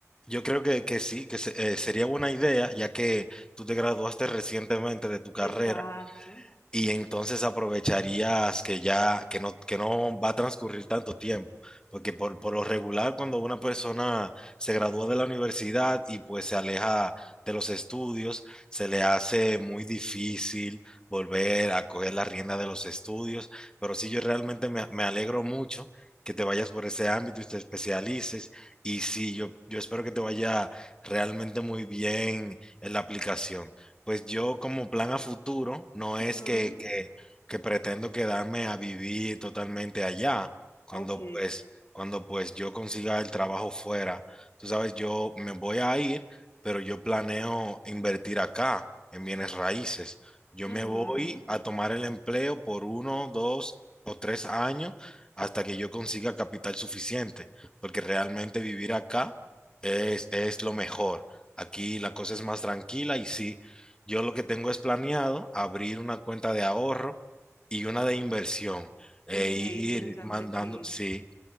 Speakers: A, on the left; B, on the left.
A: yo creo que, que sí, que se- eh, sería buena idea, ya que tú te graduaste recientemente de tu carrera
B: Exacto.
A: y entonces aprovecharías que ya, que no, que no va a transcurrir tanto tiempo, porque
B: Ujú.
A: por, por lo regular cuando una persona se gradúa de la universidad y pues se aleja de los estudios, se le hace muy difícil volver a coger la rienda de los estudios, pero sí yo realmente me, me alegro mucho que te vayas por ese ámbito y te especialices, y sí, yo, yo espero que te vaya realmente muy bien en la aplicación pues yo como plan a futuro no
B: Ujú.
A: es que, que, que pretendo quedarme a vivir totalmente allá, cuando
B: Ok.
A: pues, cuando pues yo consiga el trabajo fuera. Tú sabes, yo me voy a ir, pero yo planeo invertir acá en bienes raíces. Yo
B: Ujú.
A: me voy a tomar el empleo por uno, dos o tres años hasta que yo consiga capital suficiente, porque realmente vivir acá es, es lo mejor. Aquí la cosa es más tranquila y sí, yo lo que tengo es planeado abrir una cuenta de ahorro y una de inversión e
B: Ok,
A: ir
B: interesante,
A: mandando,
B: sí.
A: sí,